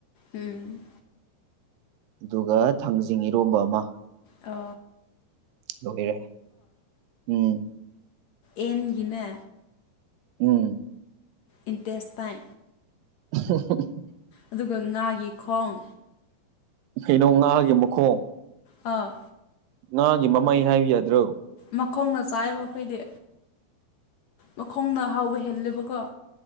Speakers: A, on the left; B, on the right.
A: ꯎꯝ
B: ꯑꯗꯨꯒ ꯊꯥꯡꯖꯤꯡ ꯏꯔꯣꯝꯕ ꯑꯃ
A: ꯑ
B: ꯂꯔꯦ ꯎꯝ
A: ꯑꯦꯟꯒꯤꯅ
B: ꯎꯝ
A: ꯏꯟꯇꯦꯁꯏ
B: <inaudible>
A: ꯑꯗꯨꯒ ꯉꯥꯒꯤ ꯈꯣꯡ
B: ꯀꯩꯅꯣ ꯉꯥꯒꯤ ꯃꯈꯣꯡ
A: ꯑ
B: ꯉꯥꯒꯤ ꯃꯃꯩ ꯍꯥꯏꯕ ꯌꯥꯗ꯭ꯔꯣ
A: ꯃꯈꯣꯡꯅ ꯆꯥꯏꯕ ꯑꯩꯈꯣꯏꯗꯤ ꯃꯈꯣꯡꯅ ꯑꯍꯥꯎꯕ ꯍꯦꯜꯂꯦꯕꯀꯣ